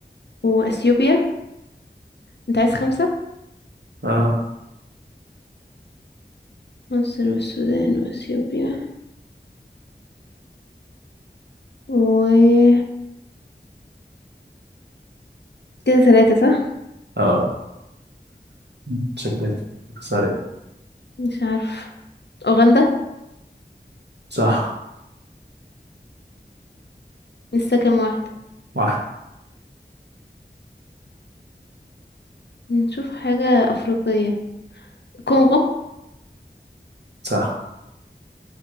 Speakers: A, on the left; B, on the right.
A: واثيوبيا انت عايز خمسة
B: اه
A: مصر والسودان واثيوبيا و كده ثلاثة صح
B: اه <clears throat> شكلك سريع
A: مش عارف اوغندا
B: صح
A: لسه كام واحدة
B: واحد
A: نشوف حاجة افريقية كونغو
B: صح